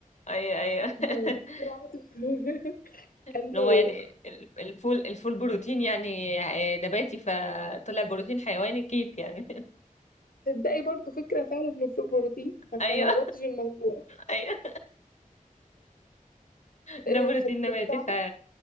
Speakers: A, on the left; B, on the left.
A: ايوه ايوه
B: <laughs>
A: <laughs>
B: هو دكتور عبد- <laughs> قال
A: ان
B: له
A: هو يعني ال- الفول الفول بروتين يعني نباتي فطلع بروتين حيواني كيف يعني
B: تصدقي برضو فكرة فعلا من في البروتين انا
A: <laughs> ايوه
B: ما ربطتش الموضوع
A: ايوه ده
B: إيه
A: بروتين
B: فالدكتور
A: نباتي
B: عاطف
A: ف